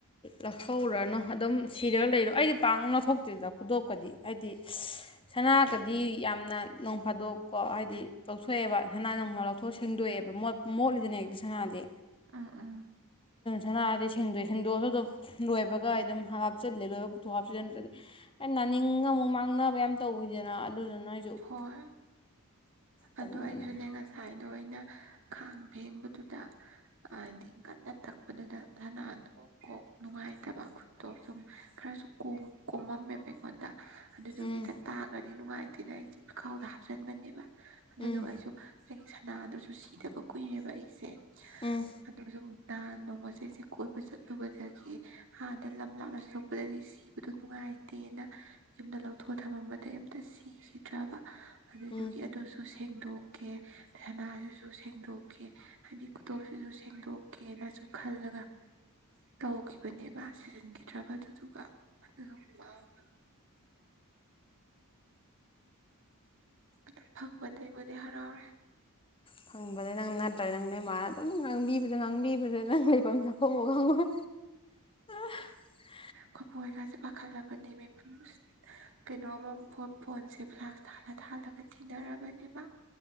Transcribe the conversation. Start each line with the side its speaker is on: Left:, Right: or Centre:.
Left: ꯂꯧꯍꯧꯔꯅꯨ ꯑꯗꯨꯝ ꯁꯤꯔꯒ ꯂꯩꯔꯣ ꯑꯩꯗꯤ ꯄꯥꯛ ꯂꯧꯊꯣꯛꯇꯦꯗ ꯈꯨꯗꯣꯛꯞꯄꯗꯤ ꯍꯥꯏꯗꯤ ꯁꯅꯥꯒꯗꯤ ꯌꯥꯝꯅ ꯅꯣꯡ ꯐꯥꯗꯣꯛꯀꯣ ꯍꯥꯏꯗꯤ ꯇꯣꯛꯊꯣꯛꯑꯦꯕ <unintelligible> ꯍꯣ ꯁꯦꯡꯗꯣꯛꯑꯦꯕ ꯃꯣꯠ ꯃꯣꯠꯂꯤꯗꯅ ꯍꯦꯛꯇ ꯁꯅꯥꯗꯤ
Right: ꯎꯝ ꯎꯝ
Left: ꯁꯅꯥꯗꯤ ꯁꯦꯡꯗꯣꯛꯑꯦ ꯁꯦꯡꯗꯣꯛꯑꯁꯨ ꯑꯗꯨꯝ ꯂꯣꯏꯕꯒ ꯑꯩ ꯑꯗꯨꯝ ꯍꯥꯞꯆꯤꯜꯂꯦ ꯂꯣꯏꯕ ꯄꯨꯊꯣꯛ ꯍꯥꯞꯆꯤꯟꯜꯂꯝꯗ꯭ꯔꯗꯤ ꯑꯩ ꯅꯥꯅꯤꯡ ꯑꯃꯨꯛ ꯃꯥꯡꯅꯕ ꯌꯥꯝ ꯇꯧꯋꯤꯗꯅ ꯑꯗꯨꯗꯨꯅ ꯑꯩꯁꯨ
Right: ꯍꯣꯏ
Left: ꯇꯟꯗꯅ
Right: ꯑꯗꯨ ꯑꯩꯁꯨꯅꯦ ꯉꯁꯥꯏ ꯑꯗꯣ ꯑꯩꯅ ꯈꯥꯡ ꯐꯦꯡꯕꯗꯨꯗ ꯍꯥꯏꯗꯤ ꯀꯟꯅ ꯇꯛꯄꯗꯨꯗ ꯁꯅꯥꯗꯣ ꯀꯣꯛ ꯅꯨꯡꯉꯥꯏꯇꯕ ꯈꯨꯠꯇꯣ ꯁꯨꯝ ꯈꯔꯁꯨ ꯀꯣꯝ ꯀꯣꯝꯃꯝꯃꯦꯕ ꯑꯩꯉꯣꯟꯗ ꯑꯗꯨꯗꯨꯒꯤꯗ
Left: ꯎꯝ
Right: ꯇꯥꯒ꯭ꯔꯗꯤ ꯅꯨꯡꯉꯥꯏ ꯑꯗꯨꯅ ꯑꯩꯁꯦ ꯐꯨꯏꯈꯥꯎꯗ ꯍꯥꯞꯆꯟꯕꯅꯦꯕ ꯑꯗꯨꯗꯣ
Left: ꯎꯝ
Right: ꯑꯩꯁꯨ ꯆꯍꯤ <unintelligible> ꯅꯥꯗꯨꯁꯨ ꯁꯤꯗꯕ ꯀꯨꯏꯔꯦꯕ ꯑꯩꯁꯦ
Left: ꯎꯝ
Right: ꯑꯗꯨ ꯁꯨꯝ ꯅꯍꯥꯟ ꯅꯣꯡꯃꯁꯨ ꯁꯤ ꯀꯣꯏꯕ ꯆꯠꯂꯨꯕꯗꯒꯤ ꯑꯥꯗ ꯂꯝ ꯂꯥꯞꯅ ꯆꯠꯊꯣꯛꯄꯒꯤ ꯁꯤꯕꯗꯣ ꯅꯨꯡꯉꯥꯏꯇꯦꯅ ꯌꯨꯝꯗ ꯂꯧꯊꯣꯛ ꯊꯝꯃꯝꯕꯗꯒꯤ ꯑꯝꯇ ꯁꯤ ꯁꯤꯈꯤꯗ꯭ꯔꯕ ꯑꯗꯨꯗꯨꯒꯤ
Left: ꯎꯝ
Right: ꯑꯗꯨꯁꯨ ꯁꯤ ꯁꯦꯡꯗꯣꯛꯀꯦ ꯁꯅꯥꯁꯤꯁꯨ ꯁꯦꯡꯗꯣꯛꯀꯦ ꯍꯥꯏꯗꯤ ꯈꯨꯗꯣꯞꯁꯤꯁꯨ ꯁꯦꯡꯗꯣꯛꯀꯦꯅꯁꯨ ꯈꯜꯂꯒ ꯇꯧꯈꯤꯕꯅꯦ ꯁꯅꯥ ꯁꯤꯖꯤꯟꯈꯤꯗ꯭ꯔꯕ ꯑꯗꯨꯗꯨꯒ <unintelligible> ꯑꯗꯨ ꯐꯪꯕꯗꯕꯨꯗꯤ ꯍꯔꯥꯎꯔꯦ
Left: ꯐꯪꯕꯗ ꯅꯪ ꯅꯠꯇ꯭ꯔ ꯅꯪ ꯅꯣꯏ ꯃꯥꯅ ꯑꯗꯨꯝ ꯉꯥꯡꯕꯤꯕꯗ ꯉꯥꯡꯕꯤꯕꯗ ꯅꯪ ꯂꯩꯕꯝꯁꯨ ꯈꯩꯉꯔꯣꯏ <unintelligible>
Right: ꯈꯨꯠꯄꯥꯏꯁꯤꯁꯨ ꯄꯥꯈꯠꯂꯕꯅꯦ ꯕꯦ <unintelligible> ꯀꯩꯅꯣꯃ ꯑꯃꯨꯛ ꯐꯣ ꯐꯣꯟꯁꯦ ꯐ꯭ꯂꯥꯛꯁ ꯊꯥꯜꯂ ꯊꯥꯜꯂꯒ ꯊꯤꯟꯅꯔꯕꯅꯦꯕ